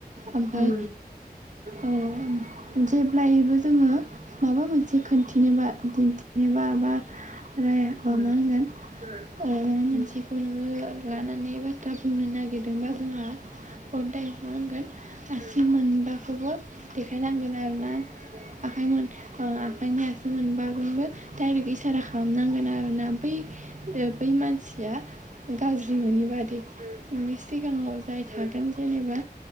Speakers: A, on the right; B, on the left.
A: ओमफाय
B: उम
A: ओ जेब्लायबो जोङो माबा मोनसे खिन्थिनोबा दिन्थिनोबा बा राय मा
B: उम
A: होनगोन हम माबा मोनसेखौ
B: उम
A: नोङो लानानै बाथ्रा बुंनो नागिरदोंबा जोंहा हदाइ मा होनगोन आसि मोनबाखौबो देखायनांगोन आरोना आखाइ मोन खायनो आाससि मोनबाबोनबो डाइरेक्ट इसारा खालामनांगोन आरोना बै ओ बै मानसि या गाज्रि मोनोनि बादि नोंनि सिगाङाव जाय थागोन जेनेबा।